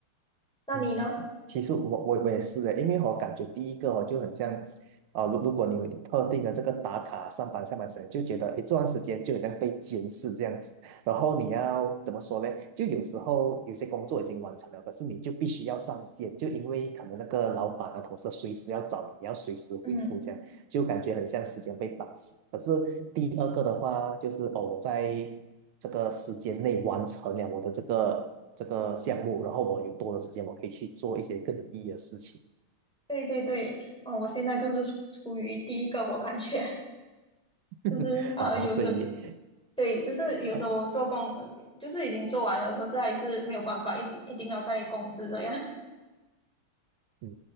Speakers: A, in the centre; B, on the right (about 80°).
A: 那你呢？
B: 嗯，其实我我我也是的，因为我感觉第一个哦就很像，呃，如如果你有特定的这个打卡上班下班时间，就觉得诶这段时间就好像被监视这样子，然后你要怎么说呢？就有时候有些工作已经完成了，可是你就必须要上线，就因为可能那个老板啊同事随时要找你，你要随时回复这样。
A: 嗯，
B: 就感觉很像时间被绑死。可是第二个的话，就是哦，我在这个时间内完成了我的这个这个项目，然后我有多的时间，我可以去做一些更有意义的事情
A: 对对对，嗯、我现在就是处于第一个，我感觉 <laughs>
B: <laughs>
A: 就是呃有时
B: 啊，所以
A: 对，就是有时候做工，
B: 啊。
A: 呃就是已经做完了，可是还是没有办法，一定一定要在公司这样。<laughs>
B: 嗯，